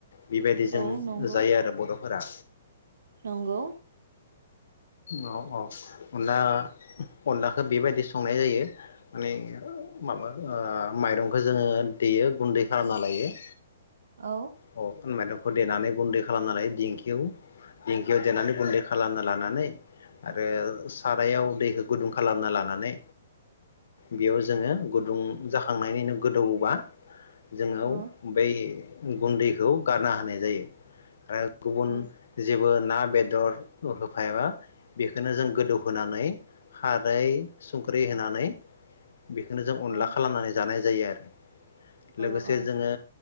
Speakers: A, on the left (about 75°); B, on the right (about 80°).
A: बेबायदिजों
B: औ नंगौ
A: जों जायो आरो बर'फोरा
B: नंगौ
A: अ अ अनला अनलाखो बेबायदि संनाय जायो माने माबा ओ माइरंखौ जोङो देयो गुन्दै खालामना लायो
B: औ
A: अ होनबा नो खौ देनानै गुन्दै खालामना लायो दिंखियाव दिंखियाव देनानै गुन्दै खालामना लानानै आरो सारायाव दैखौ गुदुं खालामना लानानै बेयाव जोङो गुदुं जाखांनायनि गोदौबा जोंआव
B: औ
A: बै गुन्दैखौ गारना होनाय जायो आरो गुबुन
B: औ
A: जिब बो ना बेदर होफायाबा बेखौनो जों गोदौ होनानै खारै संख्रै होनानै बेखौनो जों अनला
B: औ
A: खालामनानै जानाय जायो आरो
B: औ
A: लोगोसे
B: औ
A: जोङो